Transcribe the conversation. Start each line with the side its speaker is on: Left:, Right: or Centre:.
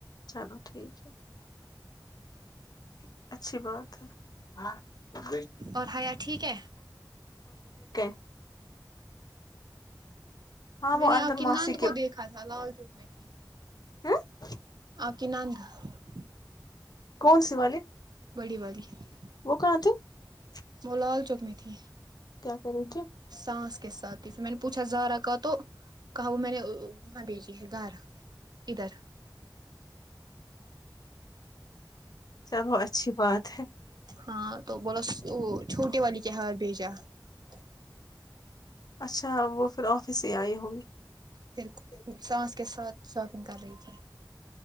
Left: چلو ٹھیک ہے <inaudible> اچھی بات ہے
Right: اور حیا ٹھیک ہے
Left: <inaudible> ہاں
Right: میں
Left: وہ
Right: نے
Left: اندر
Right: آپ کی
Left: ماسی
Right: نند کو دیکھا تھا لال چوک میں ت <unintelligible>
Left: ہاں <inaudible>
Right: آک نان تھا <unintelligible>
Left: کون سی والی <inaudible>
Right: بڑی باری <unintelligible>
Left: وہ کہاں تھے <unintelligible>
Right: وہ لال چوک میں تھی <unintelligible>
Left: کیا کریں کےے <inaudible>
Right: سانس کے ساتھ ہی پھر میں نے پوچھا زارا کا تو کہا وہ میں نے وہاں بھیجی ہے گھر <unintelligible> ادھر <inaudible>
Left: چلو اچھی بات ہے <unintelligible>
Right: ہاں تو بولا وہ چھوٹی والی کے ہال بھیجا <inaudible>
Left: اچھا <inaudible> اچا وہ پھر آفس ہی آئی ہوں گیات
Right: پھر سانس کے ساتھ شاپنگ کر رہی تھی